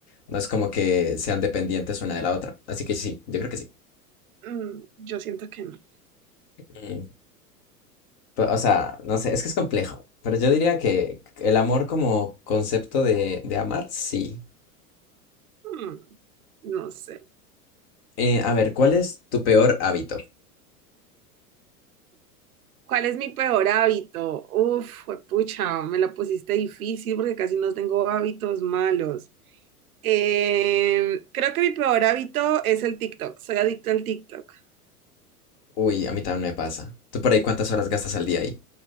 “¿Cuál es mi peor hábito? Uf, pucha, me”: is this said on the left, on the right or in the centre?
Right